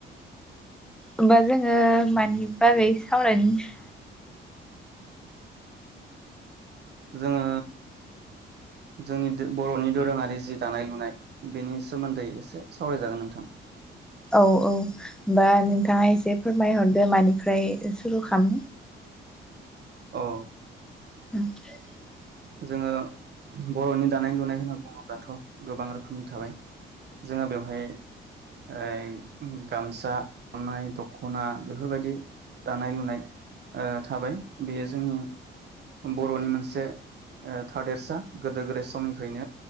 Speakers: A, in the centre; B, on the right.
A: होमबा जोंङो मानि बागै सावरायनो
B: जोङो जोंनि बरनि दोरोङारि जि दानाय लुनाय बेनि सोमोन्दै एसे सावरायजागोन नोंथां
A: औ औ‌ बा नों थांङा एसे फोरमायहरदो मानि ओमफ्राय सुरु खालाम
B: औ
A: <inaudible>
B: जोङो बरनि दानाय लुनाय होनना बुङोब्लाथ गोबां रोखोमनि थाबाय जोंहा बेवहाय ओ गामसा गामनाय दखना बेफोरबायदि दानाय लुनाय थाबाय बेयो जोंनि बरनि ओ मोनसे थादेरसा गोदो गोदाय समनिफ्रायनो